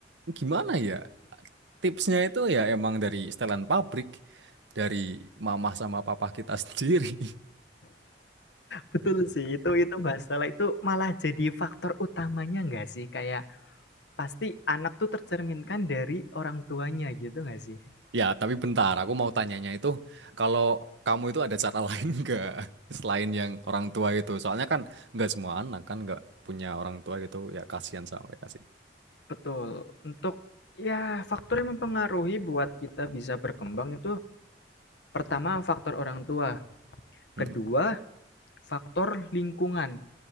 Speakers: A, on the right; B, on the left.
A: gimana ya, tipsnya itu ya emang dari setelan pabrik. Dari mama sama papa kita sendiri. <laughs>
B: Betul sih, itu itu masalah itu malah jadi faktor utamanya nggak sih? Kayak pasti anak tuh tercerminkan dari orang tuanya gitu nggak sih?
A: Ya, tapi bentar, aku mau tanyanya itu, kalau kamu itu ada cara <laughs> lain nggak selain yang orang tua itu? Soalnya kan nggak semua anak kan nggak punya orang tua gitu, ya kasihan sama mereka sih.
B: Betul, untuk ya faktor yang mempengaruhi buat kita bisa berkembang itu pertama faktor orang tua,
A: Hmm,
B: kedua faktor lingkungan